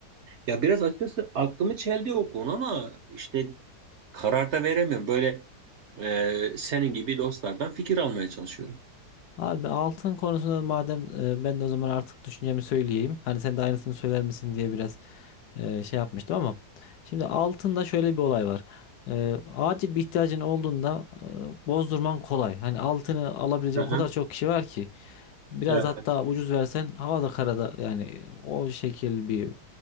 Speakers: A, on the right; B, on the left.
A: Ya biraz açıkçası aklımı çeldi o konu ama işte karar da veremiyorum. Böyle e, senin gibi dostlardan fikir almaya çalışıyorum.
B: Abi altın konusunda madem e, ben de o zaman artık düşüncemi söyleyeyim. Hani sen de aynısını söyler misin diye biraz e, şey yapmıştım ama şimdi altında şöyle bir olay var. E, acil bir ihtiyacın olduğunda e, bozdurman kolay. Hani altını alabilecek
A: Aha,
B: o kadar çok kişi var ki biraz
A: evet.
B: hatta ucuz versen havada karada yani o şekil bir